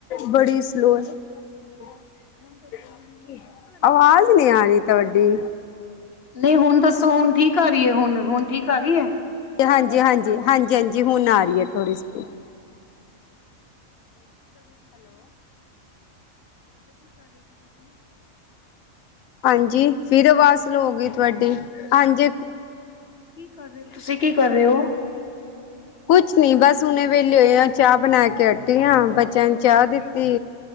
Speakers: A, on the left; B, on the left.
A: ਬੜੀ ਸਲੋਅ ਹੈ
B: ਹੁਣ ਦੱਸੋ ਹੁਣ ਆਵਾਜ਼ ਠੀਕ ਆ ਰਹੀ
A: ਆਵਾਜ਼ ਨੀ ਆ
B: ਹੈ
A: ਰਹੀ ਤੁਵਾਡੀ
B: ਨਹੀਂ ਹੁਣ ਦੱਸੋ ਹੁਣ ਠੀਕ ਆ ਰਹੀ ਹੈ? ਹੁਣ-ਹੁਣ ਠੀਕ ਆ ਰਹੀ ਹੈ?
A: ਹਾਂਜੀ-ਹਾਂਜੀ, ਹਾਂਜੀ-ਹਾਂਜੀ ਹੁਣ ਆ ਰਹੀ ਹੈ ਥੋੜੀ ਸਤੀ
B: ਹੋਰ ਕਿ ਕਰ ਰਹੇ ਸੀ ਤੁਸੀ? ਮੈਂ ਕਿਹਾ ਕਿ ਕਰ ਰਹੇ ਸੀ ਤੁਸੀਂ?
A: ਹਾਂਜੀ, ਫਿਰ ਆਵਾਜ਼ ਸਲੋ ਗਈ ਤੁਹਾਡੀ। ਹਾਂਜੀ
B: ਕਿ ਕਰ ਰਹੇ ਤੁਸੀਂ? ਕਿ ਕਰ ਰਹੇ ਹੋ?
A: ਕੁਛ ਨੀ ਬਸ ਹੁਨ ਵੇਲੇਏ ਆ ਚਾਹ ਬਣਾ ਕੇ ਹਟੀਆਂ ਬੱਚਿਆਂ ਨੂੰ ਚਾਹ ਦਿੱਤੀ